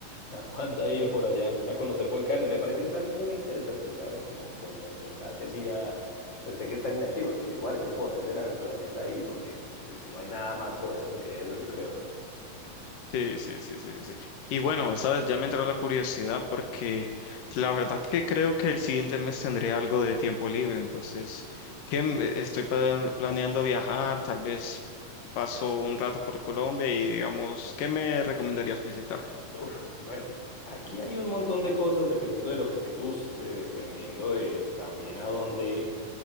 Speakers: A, on the left (about 30°); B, on the left (about 70°).
A: a- <laughs> aguanta ir por allá a conocer volcanes. Me parece un plan muy interesante, ¿sabes? Como, como enfrentarse así a, pues sé que están inactivos, pero igual es el poder de la naturaleza ahí porque pues, no hay nada más poderoso que eso, yo creo, ¿no?
B: Sí, sí, sí, sí, sí. sí. Y bueno, sabes, ya me entró la curiosidad porque la verdad que creo que el siguiente mes tendré algo de tiempo libre, entonces, ¿qué me- estoy pla- planeando viajar, tal vez paso un rato por Colombia y digamos, ¿qué me recomendarías visitar?
A: Uf, bueno, aquí hay un montón de cosas dependiendo de lo que te guste, dependiendo de también a dónde.